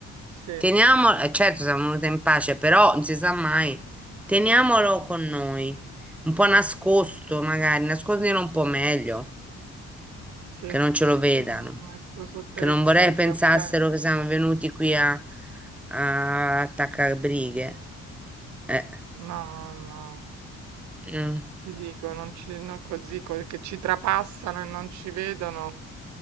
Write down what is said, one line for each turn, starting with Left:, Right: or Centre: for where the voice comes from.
Right: Sì,
Centre: Teniamolo, eh, certo siamo venuti in pace, però non si sa mai, teniamolo con noi, un po' nascosto magari, nascondilo un po' meglio,
Right: sì.
Centre: che non ce lo vedano,
Right: Mm, Metto sotto
Centre: che
Right: i
Centre: non
Right: vestiti,
Centre: vorrei pensassero
Right: ok.
Centre: che siamo venuti qui a, a attaccare brighe. Eh,
Right: No, no,
Centre: mm,
Right: ti dico, non ci, non così, co- che ci trapassano e non ci vedono,